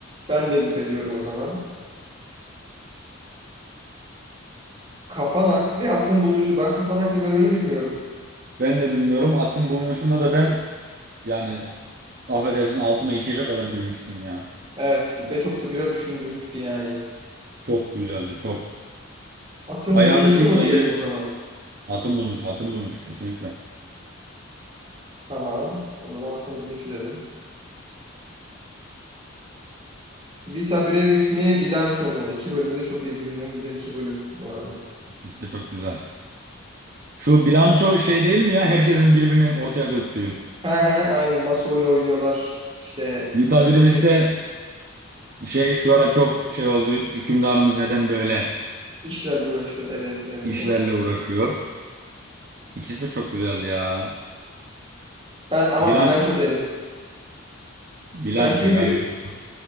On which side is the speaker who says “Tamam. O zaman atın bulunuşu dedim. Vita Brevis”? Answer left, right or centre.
Right